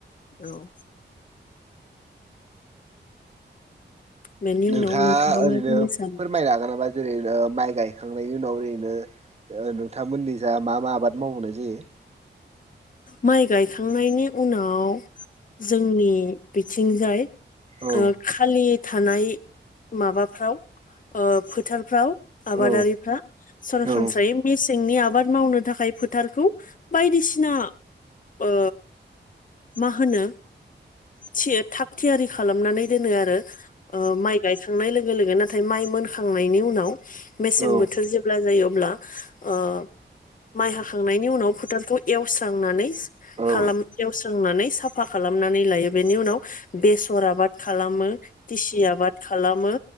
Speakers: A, on the left; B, on the right.
A: औ बेनि
B: नोंथाङा
A: उनाव
B: ओरैनो
A: मा बुंनो सानो
B: फोरमायनो हागोन नामा? जेरै नो माइ गायखांनायनि उनाव ओरैनो ओ नोंथांमोननि जा मा मा आबाद मावबावनाय जायो।
A: माइ गायखांनायनि उनाव जोंनि बिथिंजाय
B: औ
A: ओ खालि थानाय माबाफ्राव ओ फोथारफ्राव आबादारिफ्रा
B: औ
A: सरासनस्रायै
B: औ
A: मिस सेंनि आबाद मावनो थाखाय फोथारखौ बायदिसि ना ओ मा होनो थि थाग थियारि खालामनानै दोनो आरो ओ माइ गायखां नाय लोगो लोगो नाथाय माय मोनखांनायनि उनाव मेसें
B: औ
A: बोथोर जेब्ला जायो अ ब्ला ओ माइ हाखांनायनि उनाव फोथारखौ एवस्रांनानै
B: औ
A: खालाम एवस्रांनानै साफा खालामनानै लायो बेनि उनाव बेसर आबाद खालामो तिसि आबाद खालामो